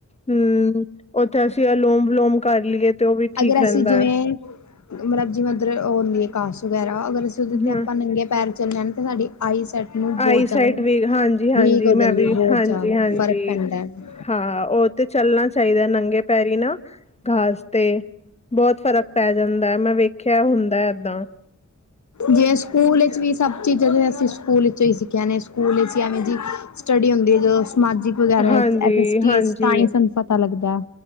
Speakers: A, on the left (about 20°); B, on the left (about 65°).
A: ਹਮ, ਉੱਥੇ ਅਸੀਂ, ਅਲੋਮ ਬਲੋਮ ਕਰ ਲਈਏ ਤੇ ਉਹ ਵੀ ਠੀਕ
B: ਅਗਰ,
A: ਰਹਿੰਦਾ
B: ਅਸੀਂ ਜਿਵੇਂ
A: ਹੈ
B: ਮਤਲਬ, ਜਿਵੇ -ਜਿਵੇ ਉਹ ਨੀਂ ਕਰ ਸਕਦਾ ਰਾ ਅਗਰ
A: ਹਮ
B: ਆਪਾਂ ਨੰਗੇ ਪੈਰ ਚੱਲਦੇ ਤੇ ਸ ਆਈਸੈਟ ਨੂੰ
A: ਆਈ
B: ਬਹੁਤ
A: ਸਾਈਡ
B: ਜਿਆਦਾ ਵੀਕ,
A: ਵੀ ਹਾਂਜੀ ਹਾਂਜੀ
B: ਹੋ ਜਾਂਦੀ
A: ਮੈਂ ਵੀ
B: ਬਹੁਤ
A: ਹਾਂਜੀ
B: ਜ਼ਿਆਦਾ
A: ਹਾਂਜੀ
B: ਫ਼ਰਕ ਪੈਂਦਾ ਹੈ
A: ਹਾਂ, ਉਹ ਤੇ ਚੱਲਣਾ ਚਾਹੀਦਾ, ਨੰਗੇ ਪੈਰੀ ਨਾ ਘਾਸ ਤੇ ਬਹੁਤ, ਫ਼ਰਕ ਪੈ ਜਾਂਦਾ, ਹੈ ਮੈਂ ਵੇਖਿਆ ਹੁੰਦਾ ਏਦਾਂ
B: ਜੇਵੇ ਸਕੂਲ ਵਿੱਚ ਵੀ, ਸਭ ਚੀਜ਼ਾਂ ਅਸੀਂ ਸਕੂਲ ਵਿੱਚੋਂ ਹੀ ਸਿੱਖਿਆ ਨੇ,, ਸਕੂਲ ਵਿੱਚ ਐਵੇਂ ਜੀ ਸਟੱਡੀ ਹੁੰਦੀ ਹੈ, ਜਦੋਂ ਸਮਾਜਿਕ ਵਗੈਰਾ
A: ਹਾਂਜੀ
B: ਐਸ ਟੀ,
A: ਹਾਂਜੀ
B: ਤਾਂ ਹੀ ਸਾਨੂੰ ਪਤਾ ਲੱਗਦਾ ਹੈ